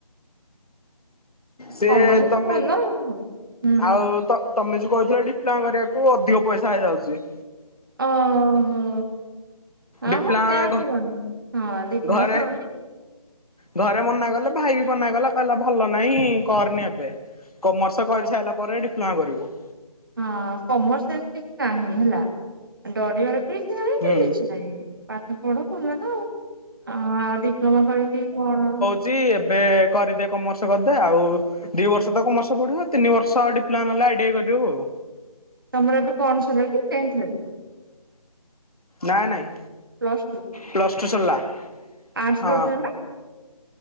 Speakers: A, on the left; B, on the right.
A: ସେ
B: କମର୍ସ
A: ତମେ
B: ତ ଭଲ ଆଉ କଣ ହୁଁ
A: ଆଉ ତ ତମେ ଯୋଉ କହିଥିଲ ଡିପ୍ଲୋମା କରିବାକୁ ଅଧିକ ପଇସା ହେଇଯାଉଛି।
B: ଓହୋ ହଁ
A: ଡିପ୍ଳୋମା
B: ମ ସେଇଆ କରନି ହଁ ଡିପ୍ଲୋମା
A: ଘରେ
B: କରନି
A: ଘରେ ମନା କଲେ ଭାଇ ବି ମନା କଲା କହିଲା ଭଲ ନାଇଁ କରନି ଏବେ। କମର୍ସ
B: ହଁ
A: କରି ସାରିଲା ପରେ ଡିପ୍ଲୋମା କରିବୁ।
B: ହଁ, କମର୍ସ ରେ ହେମିତି କିଛି ନାହିଁ ହେଲା ଡରିଆର ବି କିଛି ନାହିଁ
A: ହୁଁ
B: କି କିଛି ନାହିଁ। ପାଠ ପଢ ଭଲ ତ ଆଉ ଆଉ ଡିପ୍ଲୋମା କରିକି କଣ
A: ଚି ଏବେ କରିଦେ କମର୍ସ କରିଦେ ଆଉ ଦି ବର୍ଷ ତ କମର୍ସ ପଢିବ ତିନି ବର୍ଷ ଆ ଡିପ୍ଲୋମା ହେଲା ଆଇଡିଆ କରିବ ଆଉ
B: ତମର ଏବେ କଣ ସରିଲା କି ଟେନ୍ଥେ ହେ
A: ନାଇଁ ନାଇଁ
B: ପ୍ଲସ୍ ଟୁ
A: ପ୍ଲସ୍ ଟୁ ସରିଲା
B: ଆର୍ଟସ
A: ହଁ
B: କରଥ ନା